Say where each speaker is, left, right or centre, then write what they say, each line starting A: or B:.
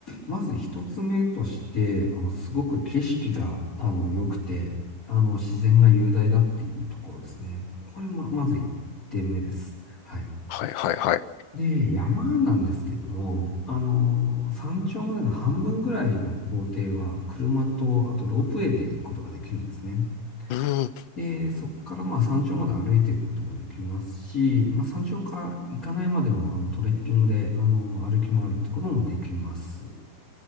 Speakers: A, on the left; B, on the left.
A: まず一つ目として、あの、すごく景色が、あの、良くて、あの、自然が雄大だっていうところですね。これま、まず一点目です。はい。
B: はいはいはい。
A: で、山なんですけども、あの、山頂までの半分ぐらいの行程は、車と、あとロープウェイで行くことができるんですね。
B: うん、
A: で、そこからまあ山頂まで歩いていくこともできますし、まあ山頂から行かないまでもあのトレッキングであの歩き回るってこともできます。